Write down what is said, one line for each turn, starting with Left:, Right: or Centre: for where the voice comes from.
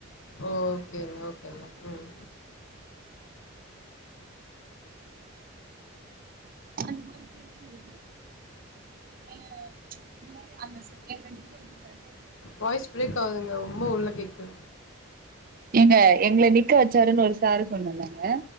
Left: ஓகே ஓகேங்க ம்
Right: அந்த மாரி பிரிச்சது அ இந்த மாரி அந்த சா எங்கள நிக்க வச்சிட்டாரு
Left: வாய்ஸ் பிரேக் ஆவுதுங்க ரொம்ப உள்ள கேக்குது
Right: ஏங்க எங்கள நிக்க வச்சாருன்னு ஒரு சாரு சொன்னல்லங்க